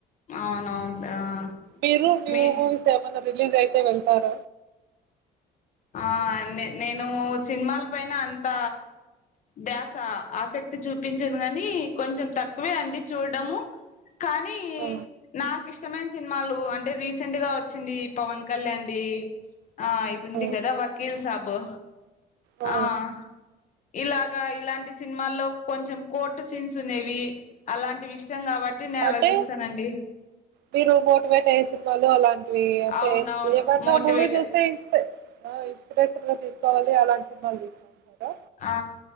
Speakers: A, on the left; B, on the right.
A: అవునవునులే ఆ
B: మీరు న్యూ
A: మీ
B: మూవీస్ ఏమన్న రిలీజ్ అయితే వెళ్తార
A: ఆ నె నేను సినిమాల పైన అంత ద్యాస ఆసక్తి చూపించను కాని కొంచెం తక్కువే అండి చూడడము కానీ
B: ఆ
A: నాక్ ఇష్టమైన సినిమాలు అంటే రీసెంట్ గా వచ్చింది పవన్ కళ్యాణ్ ది ఆ తుంది
B: ఆ
A: కదా వకీల్ సాబు
B: ఆ
A: ఆహ్ ఇలాగా ఇలాంటి సినిమాల్లో కొంచెం కోర్టు సీన్స్ ఉనేవి, అలాంటి విషయం కాబట్టి నేలా
B: అంటే
A: చూస్తానండి.
B: మీరు మోటివేట్ అయ్యే సినిమాలు అలా. మీ అంటే
A: అవునవును
B: ఏమన్నా
A: మోటివేట్
B: మూవీ చూస్తే ఇంతే. బాగా ఇన్స్పిరేషన్ గా తీసుకోవాలి అలాంటి సినిమాలు చూసి అంటున్నారా.
A: ఆ